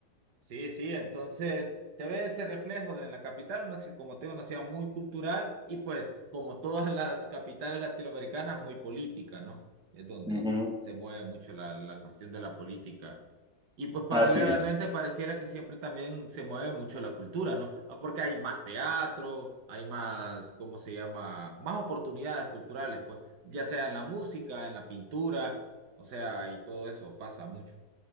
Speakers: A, on the right; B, in the centre.
A: Sí, sí, entonces se ve ese reflejo de la capital, una, ci- como tengo una ciudad muy cultural y pues como todas las capitales latinoamericanas, muy política, ¿no? Es donde
B: Ujú,
A: se mueve mucho la, la cuestión de la política. Y pues paralelamente
B: Así es.
A: pareciera que siempre también se mueve mucho la cultura, ¿no? Ah, Porque hay más teatro, hay más, ¿cómo se llama? Más oportunidades culturales, pues, ya sea en la música, en la pintura, o sea, y todo eso pasa mucho.